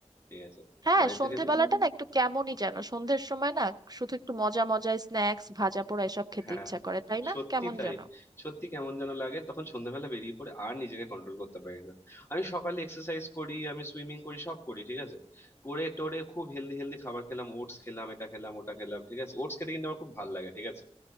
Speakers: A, on the left; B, on the right.
A: ঠিক আছে
B: হ্যাঁ
A: বাড়ি
B: সন্ধেবেলাটা
A: থেকে বের-
B: না একটু কেমনই যেন সন্ধ্যের সময় না শুধু একটু মজা মজা স্ন্যাক্স ভাজা পোড়া এসব খেতে
A: হ্যাঁ
B: ইচ্ছা করে তাই না
A: সত্যি
B: কেমন
A: তাই
B: যেন
A: সত্যি কেমন যেন লাগে তখন সন্ধ্যাবেলা বেরিয়ে পড়ে আর নিজেকে কন্ট্রোল করতে পারি না আমি সকালে এক্সারসাইজ করি আমি সুইমিং করি সব করি ঠিক আছে করে টোরে খুব হেলদি হেলদি খাবার খেলাম ওটস খেলাম এটা খেলাম ওটা খেলাম ঠিক আছে ওটস খেতে কিন্তু আমার খুব ভালো লাগে ঠিক আছে